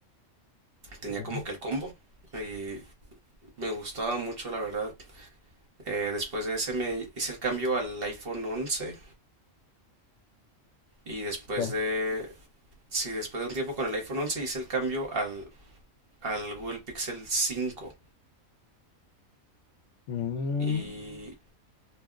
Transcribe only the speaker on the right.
Tenía
como que el combo y me gustaba mucho, la verdad. Eh, después de ese me hice el cambio al iPhone once y después
de, sí, después de un tiempo con el iPhone once hice el cambio al, al Google Pixel cinco
y